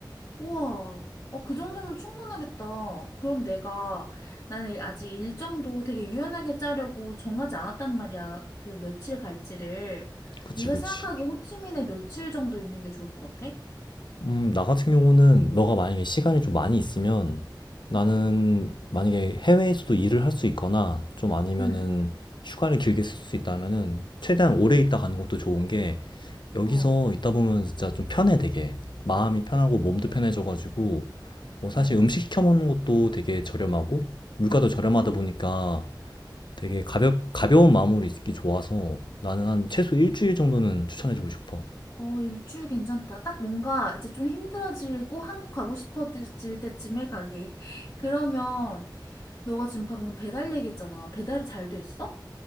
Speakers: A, on the left; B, on the left.
A: 우와. 어, 그 정도면 충분하겠다. 그럼 내가, 나는 아직 일정도 되게 유연하게 짜려고 정하지 않았단 말이야. 그 며칠 갈지를.
B: 그치,
A: 네가
B: 그치.
A: 생각하기에 호치민에 며칠 정도 있는 게 좋을 것 같아?
B: 음, 나 같은 경우는 너가 만약에 시간이 좀 많이 있으면
A: 어.
B: 나는 만약에 해외에서도 일을 할 수 있거나 좀 아니면은
A: 응.
B: 휴가를 길게 쓸 수 있다면은 최대한 오래 있다 가는 것도 좋은 게 여기서
A: 어.
B: 있다 보면 진짜 좀 편해 되게 마음이 편하고 몸도
A: 어.
B: 편해져가지고 뭐 사실
A: 어.
B: 음식 시켜 먹는 것도 되게 저렴하고 물가도 저렴하다
A: 아.
B: 보니까 되게 가볍, 가벼운 마음으로 있기 좋아서 나는 한 최소 일주일 정도는 추천해주고 싶어.
A: 어, 일주일 괜찮다. 딱 뭔가 이제 좀 힘들어지고 한국 가고 싶어질 때쯤에 가기. <laughs> 그러면 너가 지금 방금 배달 얘기했잖아. 배달이 잘 돼 있어?